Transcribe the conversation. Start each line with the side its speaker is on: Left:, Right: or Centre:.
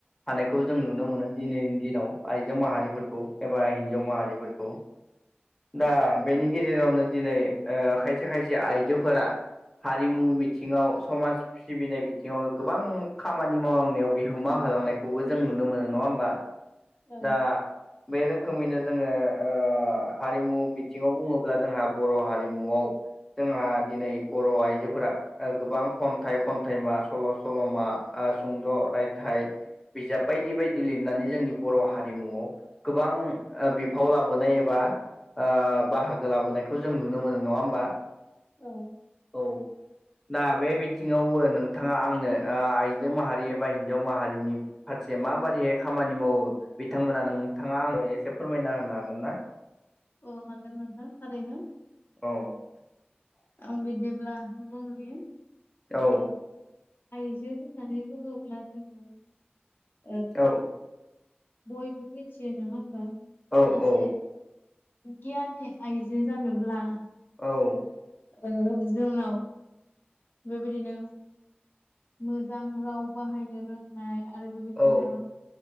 Centre: हानायखौ जों नुनो मोनो दिनैनि दिनाव आइजो माहारिफोरखौ एबा हिनजाव माहारिफोरखौ। दा बेनि गेजेरावनो दिनै ओ खायसे खायसे आइजोफोरा हारिमु बिथिङाव समाज सिबिनाय बिथिङावबो गोबां खामानि मावलांनायाव बिहोमा हो होलांनायबो जों नुनो मोनो नङा होनबा।
Left: औ
Centre: दा बे रो‌ खोमैनो जोङो ओ हारिमु बिथिङाव बुङोब्ला जोंहा बर' हारिमुआव जोंहा दिनै बर' आइजोफोरा ओ गोबां खन्थाइ, खन्थाइ मा सल', सल'मा आ सुंद' रायथाइ बिजाब बायदि बायदि लिरनानै जोंनि बर' हारिमुआव गोबां ओ बिफाव लाबोनाय एबा ओ बाहागो लाबोनायखौ जों नुनो मोनो नङा होमबा?
Left: औ
Centre: औ दा बे बिथिङावबो नोंथाङा आंनो ओ आइजो माहारि एबा हिन्जाव माहारिनि फारसे माबादैयै खामानि मावो बिथांमोना नोंथाङा आंनो एसे फोरमायना होनो हागोन ना?
Left: अ' हागोन नोंथां थारैनो।
Centre: औ
Left: आं बिदिब्ला बुंनि।
Centre: औ
Left: ओ आइजो होननानै बुङोब्ला जोङो। ओ
Centre: औ
Left: बयबो मिथियो नङा होमबा?
Centre: औ
Left: सासे
Centre: औ
Left: गियाननि आइजो जानोब्ला
Centre: औ
Left: ओ जोंनाव बेबायदिनो मोजां राव बाहायनो रोंनाय आरो बेबायदिनो
Centre: औ